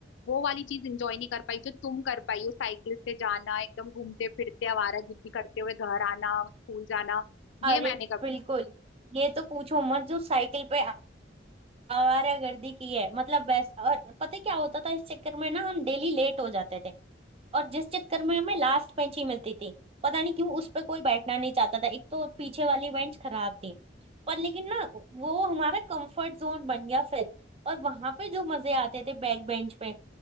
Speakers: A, on the left; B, on the right.
A: वो वाली चीज इंजॉय नहीं कर पाई जो तुम कर पाई हो साइकिल से जाना एकदम घूमते फिरते आवारागर्दी करते हुए घर आना स्कूल जाना
B: अरे
A: ये मैंने कभी
B: बिल्कुल ये तो पूछो मत जो साइकिल पे आवारागर्दी की है मतलब बेस्ट और पता है क्या होता था इस चक्कर में ना हम डेली लेट हो जाते थे और जिस चक्कर में हमें लास्ट बेंच ही मिलती थी पता नहीं क्यों उस पर कोई बैठना नहीं चाहता था एक तो पीछे वाली बेंच खराब थी पर लेकिन ना वो हमारा कंफर्ट जोन बन गया फिर और वहां पे जो मजे आते थे बैक बेंच पे